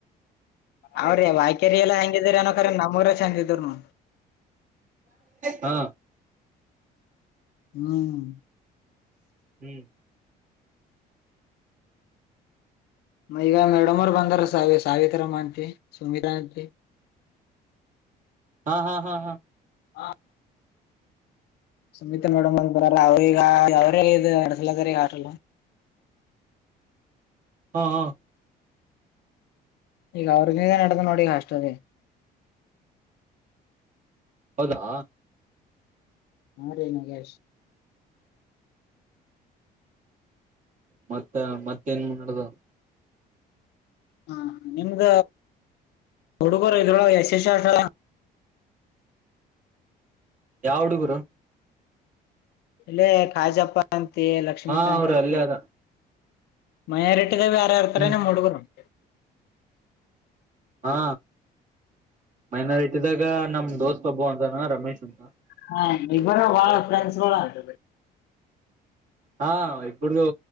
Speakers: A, on the left; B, on the right.
A: ಅವ್ರ ವಾಯ್ಕೇರಿ ಎಲ್ಲಾ ಹೆಂಗಿದ್ರ ಅನಕ್ರ ನಮ್ಮೂರ ಚೆಂದಿದರುನು
B: ಹಾ
A: ಹ್ಮ್
B: ಹ್ಮ್
A: ಮೈಗ ಮೇಡಮೋರ್ ಬಂದಾರ ಸಾವಿ ಸಾವಿತ್ರಾರ ಮಾ ಅಂತ ಸುಮಿತ ಅಂತೆ
B: ಹಾ ಹಾ ಹಾ ಹಾ
A: ಹ ಸಮೀಿತಾ ಮೇಡಮ್ ಅಂತರಾರ ಅವ್ರಗ ಅವ್ರ ಇ ಅಡ್ಸಲದಾರ ಈಗ ಆಲ್ಲ <unintelligible>
B: <inaudible> <inaudible> ಹಾ ಹಾ
A: ಈಗ ಅವ್ರಂದ ನಡೆದು ನೋಡಿಗ ಹಾಸ್ಟಲ್ಲಿ
B: ಹೌದಾ
A: ಮಾಡ ರನು ಕೇಶ <unintelligible>
B: ಮತ್ತ ಮತ್ತೇನ್ಡ್ದ <unintelligible>
A: ಹ ನಿಮ್ದ ಹುಡುಗರು ಇಲ್. <inaudible>
B: ಯಾವ ಹುಡುಗರು
A: ಇಲ್ಲೇ ಕಾಜಪ್ಪ ಅಂತ ಲಕ್ಷ್ಮೀಿಕಾತ್
B: ಹಾ ಅವ್ರ
A: ಅಂತ
B: ಅಲ್ಲೇ ಅದ
A: ಮಯಾರಿಟ್ಟಿಿದ ಬೇಾರ ಇರ್ತಾರೆನೆ
B: ಹ್ಮ್
A: ಮೂಡುಗರು <unintelligible>
B: ಹಾ ಮೈನಾರಿಟಿದಾಗ ನಮ ದೋಸ್ತ್ ಒಬ್ಬ ಅಂತಾನ ರಮೇಶ್ ಅಂತ
A: ಹಾ ಇಬ್ಬರು ಬಾಳ ಫ್ರೆಂಡ್ಸ್ ಅಂಂತದೆ
B: ಹಾ ಇಪ್ಪಡದು